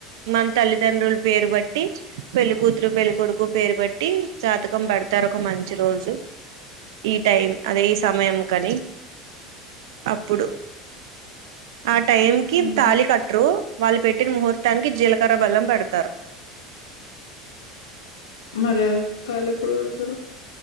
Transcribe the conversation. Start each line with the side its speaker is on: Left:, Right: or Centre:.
Right: మన తల్లిదండ్రుల పేరు బట్టి పెళ్లికూతురు పెళ్లికొడుకు పేరు బట్టి జాతకం పెడతారు ఒక మంచి రోజు ఈ టైం అదే ఈ సమయం కని అప్పుడు ఆ టైం కి
Left: ఉమ్
Right: తాళి కట్టరు వాళ్ళు పెట్టిన ముహూర్తానికి జీలకర్ర బెల్లం పెడతారు
Left: మరి తాళి ఎప్పుడు కడతారు